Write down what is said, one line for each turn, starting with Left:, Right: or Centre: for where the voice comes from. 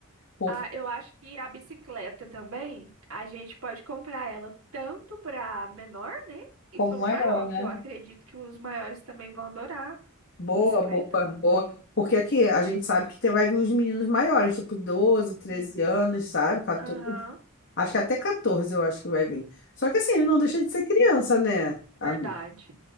Left: Por-
Right: Ah, eu acho que a bicicleta também, a gente pode comprar ela tanto para menor, né?
Left: Como
Right: E para
Left: maior,
Right: o maior,
Left: né?
Right: que eu acredito que os maiores também vão adorar
Left: Boa,
Right: bicicleta
Left: boa,
Right: como
Left: boa.
Right: prêmio.
Left: Porque aqui a gente sabe que te- vai vir uns meninos maiores, tipo doze, treze
Right: Sim.
Left: anos, sabe? 14.
Right: Aham.
Left: Acho que até 14 eu acho que vai vir. Só que assim, ele não deixa de ser criança, né,
Right: Verdade.
Left: amigo?